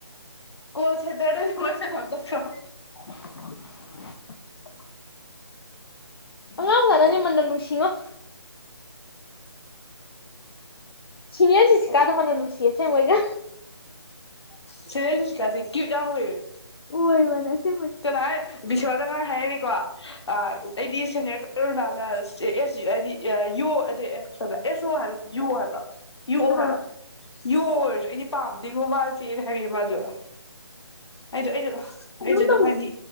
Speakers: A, on the left; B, on the left.
A: ꯀꯁꯗ ꯃꯖꯥ ꯐꯗ꯭ꯔꯣ
B: <unintelligible> ꯑꯉꯥꯡ ꯋꯥꯅꯅꯤ ꯃꯟꯅ ꯅꯨꯡꯁꯤꯉꯣ ꯁꯤꯅꯤꯌꯔꯁꯤꯁꯤ ꯀꯥꯗꯝꯕꯅꯣ ꯅꯨꯡꯁꯤꯌꯦꯁꯦꯡꯉꯣꯏꯁꯦ
A: ꯁꯤꯔ ꯅꯨꯡꯁꯤꯀꯁꯦ ꯀꯌ ꯌꯥꯝꯥꯡ ꯑꯣꯏ
B: ꯎ ꯋꯥꯅꯦ ꯁꯤ
A: ꯇꯥꯏ ꯁꯅꯥꯗ ꯉꯔ ꯍꯦꯔꯅꯤꯀꯣ ꯑꯩꯗꯤ ꯁꯦꯅꯤꯌꯔ ꯀꯔꯣꯅꯥꯅ ꯑꯦꯁ ꯑꯩꯗꯤ ꯌꯣ ꯑ ꯍꯥꯏ ꯑꯦꯁ ꯑꯣ ꯍꯥꯏꯕ ꯌꯣ ꯍꯥꯏꯕ꯭ꯔꯣ ꯌꯨꯑꯣ
B: ꯑꯥ
A: ꯍꯥꯏꯕ ꯌꯣ ꯍꯥꯏꯔꯁꯨ ꯑꯩꯗꯤ ꯄꯥꯝ ꯦꯡꯒꯨ ꯃꯥꯜ ꯆꯦꯅ ꯍꯥꯏꯔꯤꯑꯦ ꯃꯥꯁꯨ ꯑꯩꯁꯨ ꯑꯩꯁꯨ
B: ꯀꯩꯅꯣꯝ
A: ꯁꯤ ꯑꯗꯨꯝ
B: ꯇꯧ
A: ꯍꯥꯏꯗꯤ